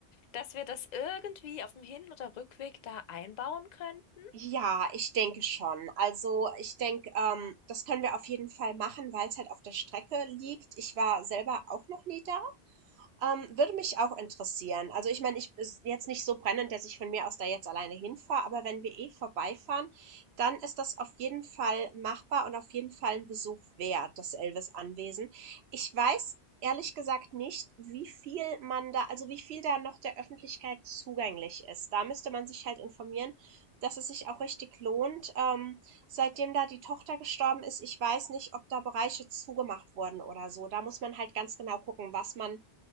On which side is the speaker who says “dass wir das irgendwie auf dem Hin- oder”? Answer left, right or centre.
Left